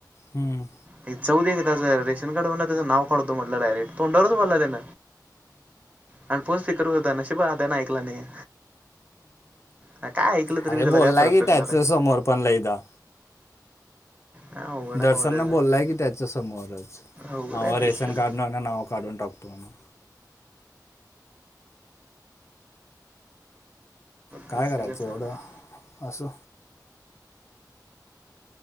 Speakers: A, on the left; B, on the right.
A: हम्म
B: हे चौऊ दे का त्याचं रेशन कार्डवर त्याचं नाव काढतो म्हटलं डायरेक्ट तोंडवरच बोलला त्यान आणि फोन स्पिकर होता नशीब त्यांना ऐकला नाही आ, काय ऐकलं तरी
A: अरे
B: बी त्याला
A: बोलला
B: काय फरक
A: गि
B: पडणार
A: त्याच
B: आहे
A: समोर पण लईदा
B: हा अवघड आहे
A: दर्शनना
B: बाबा त्याचं
A: बोललाय की त्याच्या समोरच
B: अवघड
A: ह
B: आहे तेच
A: रेशन
B: तेच
A: काढ ना नाव काढून टाकतो म्हणा काय
B: तेच
A: करायचं
B: सगळं चांगलं
A: एवढं, असं